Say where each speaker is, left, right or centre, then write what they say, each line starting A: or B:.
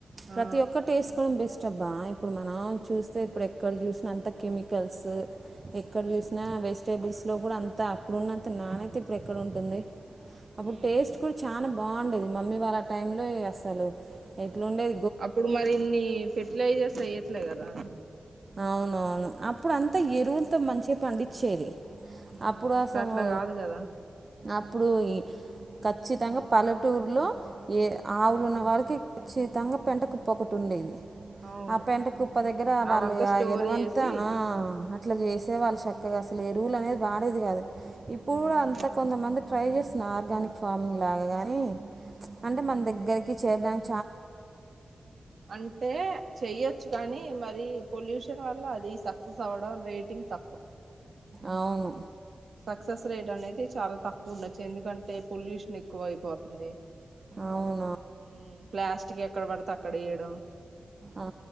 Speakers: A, on the right (about 55°); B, on the right (about 30°).
A: ఆ
B: ప్రతి ఒక్కటి వేసుకోవడం బెస్ట్ అబ్ ఆ ఇప్పుడు మనం చూస్తే ఇప్పుడు ఎక్కడ చూసినా అంత కెమికల్స్ ఎక్కడ చూసినా వేస్ వెజిటేబుల్స్ లో కూడా అంత అప్పుడున్నంత నానైతే ఇప్పుడు ఎక్కడ ఉంటుంది అప్పుడు
A: ఉమ్
B: టేస్ట్ కూడా చానా బాగుండేది మమ్మీ వాళ్ళ టైమ్ లో ఇగ అసలు ఎట్లా ఉండేది
A: అప్పుడు మరి ఇన్ని ఫెర్టిలైజర్స్ ఏయ్యట్లే కదా
B: అవునవును అప్పుడు అంతా ఎరువులతో మంచిగా పండించేది
A: ఉ
B: అప్పుడు
A: ఇప్పుడు
B: అసలు
A: అట్లా కాదు కదా
B: అప్పుడు ఈ ఖచ్చితంగా పల్లెటూరులో ఏ ఆవులు ఉన్న వారికి ఖచ్చితంగా పెంట కుప్ప ఒకటి ఉండేది
A: అవును
B: ఆ పెంట కుప్ప దగ్గర వాళ్ళు
A: అవంతా
B: య
A: స్టోర్
B: ఎరువంతా
A: చేసి
B: ఆ అట్లా చేసే వాళ్ళు చక్కగా అసలు ఎరువులు అనేది వాడేది కాదు ఇప్పుడు
A: ఉమ్
B: కూడా అంత కొంతమంది ట్రై చేస్తున్నా ఆర్గానిక్ ఫార్మింగ్ లాగా గాని అంటే మన దగ్గరికి చేయడాన్
A: అంటే చెయ్యొచ్చు కానీ పది పొల్యూషన్ వల్ల అది సక్సెస్ అవ్వడం రేటింగ్ తక్కువ
B: అవును
A: సక్సెస్ రేట్ అనేది చాలా తక్కువ ఉండచ్చు ఎందుకంటే పొల్యూషన్ ఎక్కువ అయిపోతుంది
B: అవును
A: ఉ ప్లాస్టిక్ ఎక్కడ పడతే అక్కడ వేయడం
B: ఆ